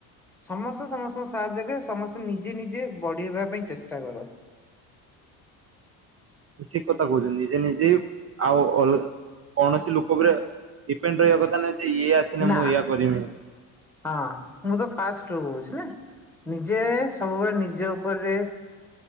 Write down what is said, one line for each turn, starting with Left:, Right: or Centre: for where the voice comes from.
Centre: ସମସ୍ତେ ସମସ୍ତଙ୍କୁ ସାହାଯ୍ୟ କର ସମସ୍ତେ ନିଜେ ନିଜେ ବଢିବା ପାଇଁ ଚେଷ୍ଟା କର।
Right: ଠିକ୍ କଥା କହୁଛନ୍ତି ନିଜେ ନିଜେ ଆଉ ଅଲଗା କୌଣସି ଲୋକ ଉପରେ ଡିପେଣ୍ଡ ରହିବା କଥା ନାହିଁ ଯେ ଇଏ ଆସିନେ
Centre: ନା
Right: ମୁଁ ଏଇଆ କରିମି।
Centre: ହଁ ମୁଁ ତ ଫାଷ୍ଟରୁ କହୁଚି ନା। ନିଜେ ସବୁବେଳେ ନିଜ ଉପରେ